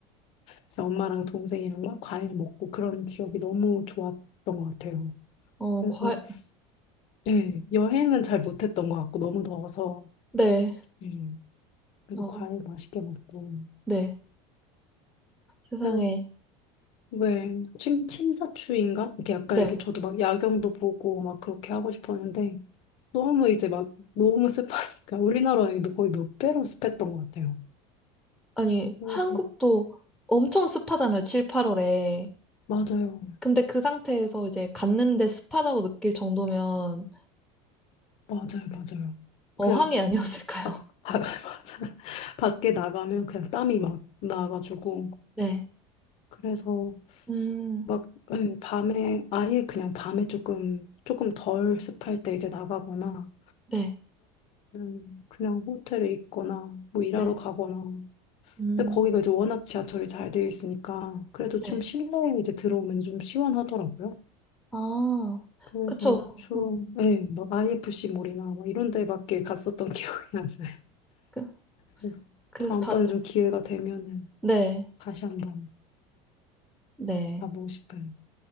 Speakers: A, on the left (about 45°); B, in the centre.
A: 이제 엄마랑 동생이랑 막 과일 먹고 그런 기억이 너무 좋았던 것 같아요.
B: 어,
A: 그래서
B: 과,
A: 네, 여행은 잘 못했던 것 같고 너무 더워서
B: 네,
A: 네. 그래서
B: 어,
A: 과일 맛있게 먹고.
B: 네. 세상에,
A: 그래서 왜 침, 침사추인가? 이렇게 약간
B: 네.
A: 이렇게 저도 막 야경도 보고 막 그렇게 하고 싶었는데 너무 이제 막 너무 습하니까 우리나라 이거 거의 몇 배로 습했던 것 같아요.
B: 아니,
A: 그래서
B: 한국도 엄청 습하잖아요. 7, 8월에.
A: 맞아요,
B: 근데 그 상태에서 이제 갔는데 습하다고 느낄 정도면
A: 맞아요, 맞아요.
B: 어항이
A: 그냥
B: 아니었을까요?
A: 바, 바, <laughs> 맞아. 밖에 나가면 그냥 땀이 막 나가지고
B: 네.
A: 그래서
B: 음.
A: 막 예, 밤에 아예 그냥 밤에 조금 조금 덜 습할 때 이제 나가거나
B: 네.
A: 아니면 그냥 호텔에 있거나 뭐 일하러
B: 네.
A: 가거나
B: 음.
A: 근데 거기가 이제 워낙 지하철이 잘 되어 있으니까 그래도
B: 네.
A: 좀 실내에 이제 들어오면 좀 시원하더라고요.
B: 아.
A: 그래서
B: 그쵸.
A: 주로
B: 어.
A: 예, 막 IFC 몰이나 막 이런 데 밖에 갔었던 <laughs> 기억이 안 나요.
B: 그
A: 그래서
B: 그래서
A: 다음번에
B: 다들
A: 좀 기회가 되면은
B: 네.
A: 다시 한번
B: 네.
A: 가보고 싶어요.